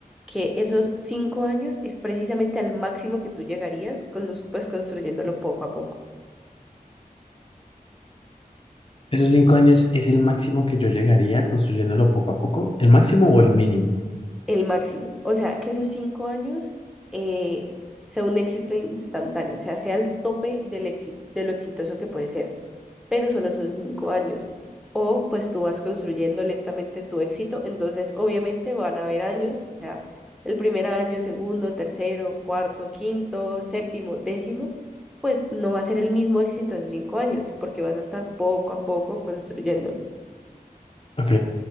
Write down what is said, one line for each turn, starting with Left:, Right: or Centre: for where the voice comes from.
Centre: que esos cinco años es precisamente al máximo que tú llegarías, con, pues construyéndolo poco a poco.
Left: ¿Esos cinco años es el máximo que yo llegaría construyéndolo poco a poco? ¿El máximo o el mínimo?
Centre: el máximo. O sea, que esos cinco años eh, sea un éxito instantáneo, o sea, sea el tope del éxito, de lo exitoso que puede ser, pero solo son cinco años. O pues tú vas construyendo lentamente tu éxito, entonces obviamente van a haber años, o sea, el primer año, segundo, tercero, cuarto, quinto, séptimo, décimo, pues no va a ser el mismo éxito en cinco años, porque vas a estar poco a poco construyéndolo.
Left: Ok.